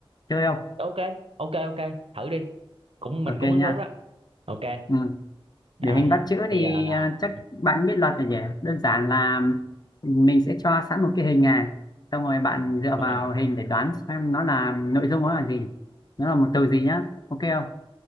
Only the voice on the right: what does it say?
Ok, ok ok, thử đi. Cũng mình
cũng
hứng thú đó. Ok.
Rồi,
bây
giờ là
vâng,